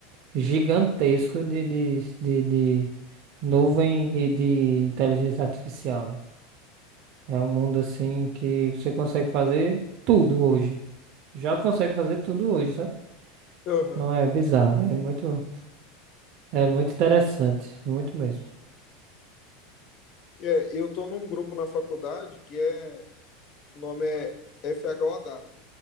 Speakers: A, on the right; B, on the left.
A: gigantesco de, de, de, de nuvem e de inteligência artificial, véio. É um mundo assim que você consegue fazer tudo hoje. Já consegue fazer tudo hoje, sabe?
B: Aham.
A: Então é bizarro, véio. É muito, é muito interessante, muito mesmo.
B: É, eu tô num grupo na faculdade que é O nome é FHO Data.